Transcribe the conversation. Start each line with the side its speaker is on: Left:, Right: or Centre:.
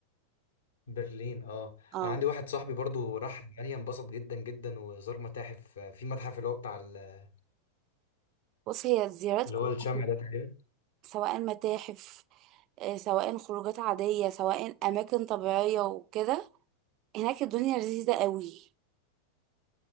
Left: برلين اه
Right: اه
Left: انا عندي واحد صاحبي برضو راح المانيا انبسط جدا جدا وزار متاحف في متحف اللي هو بتاع ال-
Right: بص هي الزيارات
Left: اللي
Right: كلها
Left: هو الشمع ده تقريبا
Right: سواء متاحف آه، سواء خروجات عادية سواء أماكن طبيعية وكده هناك الدنيا لذيذة قوي